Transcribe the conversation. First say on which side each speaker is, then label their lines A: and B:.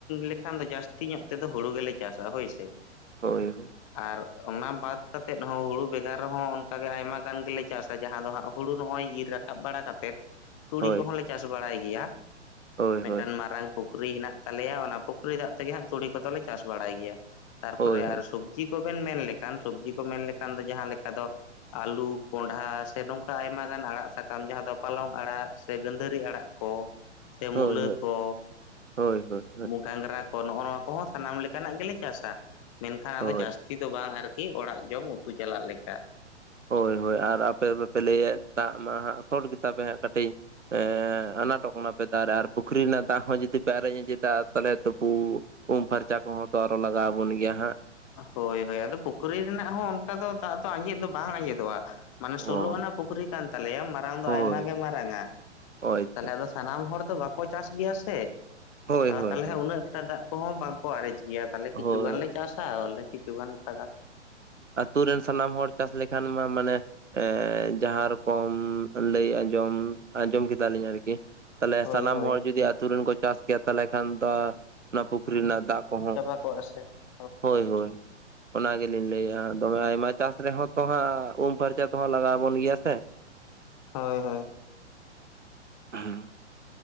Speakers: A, on the left; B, on the right.
A: ᱞᱮᱠᱷᱟᱱ ᱫᱚ ᱡᱟᱹᱥᱛᱤ ᱧᱚᱜ ᱛᱮᱫᱚ ᱦᱩᱲᱩ ᱜᱮᱞᱮ ᱪᱟᱥᱟ ᱦᱳᱭ ᱥᱮ ᱾
B: ᱦᱳᱭ ᱦᱳᱭ ᱾
A: ᱟᱨ ᱚᱱᱟ ᱵᱟᱫ ᱠᱟᱛᱮᱫ ᱦᱚᱸ ᱦᱩᱲᱩ ᱵᱮᱜᱟᱨ ᱨᱮᱦᱚᱸ ᱚᱱᱠᱟ ᱜᱮ ᱟᱭᱢᱟ ᱜᱟᱱ ᱜᱮᱞᱮ ᱪᱟᱥ ᱟ ᱡᱟᱦᱟᱸ ᱫᱚ ᱦᱟᱸᱜ ᱦᱩᱲᱩ ᱱᱚᱜᱼᱚᱭ ᱤᱨ ᱨᱟᱠᱟ- ᱵ ᱵᱟᱲᱟ ᱠᱟᱛᱮᱫ ᱛᱩᱲᱤ
B: ᱦᱳᱭ
A: ᱠᱚᱦᱚᱸ ᱞᱮ ᱪᱟᱥ ᱵᱟᱲᱟᱭ ᱜᱮᱭᱟ
B: ᱦᱳᱭ
A: ᱢᱤᱫᱴᱟᱝ
B: ᱦᱳᱭ
A: ᱢᱟᱨᱟᱝ ᱯᱩᱠᱷ- ᱨᱤ ᱦᱮᱸᱱᱟᱜ ᱛᱟᱞᱮᱭᱟ ᱚᱱᱟ ᱯᱩᱠᱷᱨᱤ ᱫᱟᱜ ᱛᱮᱜᱮ ᱦᱟᱸᱜ ᱛᱩᱲᱤ ᱠᱚᱫᱚ ᱞᱮ ᱪᱟᱥ ᱵᱟᱲᱟᱭ ᱜᱮᱭᱟ ᱾ ᱛᱟᱨ
B: ᱦᱳᱭ
A: ᱯᱚᱨᱮ ᱟᱨ ᱥᱚᱵ- ᱡᱤ ᱠᱚᱵᱮᱱ ᱢᱮᱱ ᱞᱮᱠᱷᱟᱱ ᱥᱚᱵᱽᱡᱤ ᱠᱚ ᱢᱮᱱ ᱞᱮᱠᱷᱟᱱ ᱫᱚ ᱡᱟᱦᱟᱸ ᱞᱮᱠᱟ ᱫᱚ ᱟᱞᱩ ᱠᱚᱸᱰᱷᱟ ᱥᱮ ᱱᱚᱝᱠᱟ ᱟᱭᱢᱟ ᱜᱟᱱ ᱟᱲᱟᱜ ᱥᱟ- ᱠᱟᱢ ᱡᱟᱦᱟᱸ ᱫᱚ ᱯᱟᱞᱚᱝ ᱟᱲᱟᱜ ᱥᱮ ᱜᱟᱹᱸᱫᱷᱟᱹᱨᱤ ᱟᱲᱟᱜ ᱠᱚ ᱥᱮ
B: ᱦᱳᱭ
A: ᱢᱩᱞᱟᱹ
B: ᱦᱳᱭ
A: ᱠᱚ
B: ᱦᱳᱭ ᱦᱳᱭ ᱦᱳᱭ ᱦᱳᱭ
A: ᱜᱷᱟᱸᱝᱨᱟ ᱠᱚ ᱱᱚᱜᱼᱚ ᱱᱚᱣᱟ ᱠᱚᱦᱚᱸ ᱥᱟᱱᱟᱢ ᱞᱮᱠᱟᱱᱟᱜ ᱜᱮᱞᱮ ᱪᱟᱥᱟ ᱢᱮᱱᱠᱷᱟᱱ
B: ᱦᱳᱭ
A: ᱟᱫᱚ ᱡᱟᱹᱥ- ᱛᱤ ᱫᱚ ᱵᱟᱝ ᱟᱨᱠᱤ ᱚᱲᱟᱜ ᱡᱚᱢ ᱩᱛᱩ ᱪᱟᱞᱟᱜ ᱞᱮᱠᱟ
B: ᱦᱳᱭ ᱦᱳᱭ ᱟᱨ ᱟᱯᱮ ᱫᱚᱯᱮ ᱞᱟᱹᱭᱟ ᱫᱟᱜ ᱢᱟ ᱦᱟᱸᱜ ᱥᱚᱴ ᱜᱮᱛᱟ ᱯᱮ ᱦᱟᱸᱜ ᱠᱟᱹᱴᱤᱡ ᱮᱸ ᱟᱱᱟᱴᱚᱜ ᱠᱟᱱᱟ ᱯᱮ ᱫᱟᱜ ᱨᱮ ᱟᱨ ᱯᱩᱠᱷᱨᱤ ᱨᱮᱱᱟᱜ ᱫᱟᱜ ᱦᱚᱸ ᱡᱩᱫᱤ ᱯᱮ ᱟᱨᱮᱡ ᱟᱡᱮᱫᱟ ᱛᱟᱦᱞᱮ ᱛᱚᱯᱩ ᱩᱢ ᱯᱷᱟᱨᱪᱟ ᱠᱚᱦᱚᱸ ᱛᱚ ᱟᱨᱚ ᱞᱟᱜᱟᱣ ᱟᱵᱚᱱ ᱜᱮᱭᱟ ᱦᱟᱸᱜ
A: ᱦᱳᱭ ᱦᱳᱭ ᱟᱫᱚ ᱯᱩᱠᱷᱨᱤ ᱨᱮᱱᱟᱜ ᱦᱚᱸ ᱚᱱᱠᱟ ᱫᱚ ᱫᱟᱜ ᱫᱚ ᱟᱸᱡᱮᱫ ᱫᱚ ᱵᱟᱝ ᱟᱸᱡᱮᱫᱚᱜᱼᱟ ᱢᱟᱱᱮ
B: ᱚ
A: ᱥᱳᱞᱳ ᱟᱱᱟᱜ ᱯᱩᱠᱷᱨᱤ ᱠᱟᱱ ᱛᱟᱞᱮᱭᱟ ᱢᱟᱨᱟᱝ
B: ᱦᱳᱭ
A: ᱫᱚ ᱟᱭᱢᱟ ᱜᱮ ᱢᱟᱨᱟᱝᱟ
B: ᱦᱳᱭ
A: ᱛᱟᱦᱞᱮ ᱟᱫᱚ ᱥᱟᱱᱟᱢ ᱦᱚᱲ ᱫᱚ ᱵᱟᱠᱚ ᱪᱟᱥ ᱜᱮᱭᱟ ᱥᱮ
B: ᱦᱳᱭ
A: ᱟᱫᱚ
B: ᱦᱳᱭ
A: ᱛᱟᱞᱦᱮ ᱩᱱᱟᱹᱜ ᱴᱟ ᱫᱟᱜ ᱠᱚᱦᱚᱸ ᱵᱟᱝᱠᱚ ᱟᱨᱮᱡ ᱜᱮᱭᱟ ᱛᱟᱦᱚᱞᱮ
B: ᱦᱳᱭ ᱦᱳᱭ
A: ᱠᱤᱪᱷᱩ ᱜᱟᱱᱞ ᱞᱮ ᱪᱟᱥᱟ ᱟᱞᱮ ᱠᱤᱪᱷᱩᱜᱟᱱ <unintelligible>
B: ᱟ. ᱛᱩ ᱨᱮᱱ ᱥᱟᱱᱟᱢ ᱦᱚᱲ ᱪᱟᱥ ᱞᱮᱠᱷᱟᱱ ᱢᱟ ᱢᱟᱱᱮ ᱮᱸ ᱡᱟᱦᱟᱸ ᱨᱚᱠᱚᱢ ᱞᱟᱹᱭ ᱟᱸᱡᱚᱢ ᱟᱸᱡᱚᱢ ᱠᱮᱫᱟᱞᱤᱧ ᱟᱨᱠᱤ ᱛᱟᱦᱚᱞᱮ
A: ᱦᱳᱭ
B: ᱥᱟᱱᱟᱢ
A: ᱦᱳᱭ
B: ᱦᱚᱲ ᱡᱩᱫᱤ ᱟᱹᱛᱩ ᱨᱮᱱ ᱠᱚ ᱪᱟᱥ ᱠᱮᱭᱟ ᱛᱟᱦᱚᱞᱮ ᱠᱷᱟᱱ ᱫᱚ ᱚᱱᱟ ᱯᱩᱠᱷᱨᱤ ᱨᱮᱱᱟᱜ ᱫᱟᱜ ᱠᱚᱦᱚᱸ
A: <unintelligible>
B: ᱦᱳᱭ ᱦᱳᱭ ᱚᱱᱟ ᱜᱮᱞᱤᱧ ᱞᱟᱹᱭᱮᱜᱼᱟ ᱛᱚᱢᱮ ᱟᱭᱢᱟ ᱪᱟᱥ ᱨᱮᱦᱚᱸ ᱛᱚ ᱦᱟᱸᱜ ᱩᱢ ᱯᱷᱟᱨᱪᱟ ᱛᱮᱦᱚᱸ ᱞᱟᱜᱟᱣ ᱵᱚᱱ ᱜᱮᱭᱟ ᱥᱮ
A: ᱦᱳᱭ ᱦᱳᱭ
B: ᱦᱚᱸ